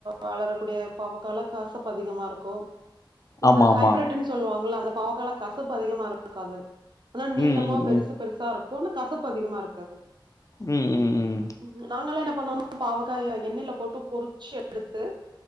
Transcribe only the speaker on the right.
வளரக்கூடிய பாவக்கால கசப்பு அதிகமா இருக்கு இந்த
ஹைப்ரட்டின் சொல்வாங்கள அந்த பாவக்கால கசப்பு அதிகமா இருக்காது அதா நீளமா
பெருசு
பெருசா இருக்கும்ன்னு கசப்பு அதிகமா இருக்காது
ம் நாங்கல்லா என்னா பண்ணோம்னா பாவக்காய எண்ணெல போட்டு பொருச்சு எடுத்து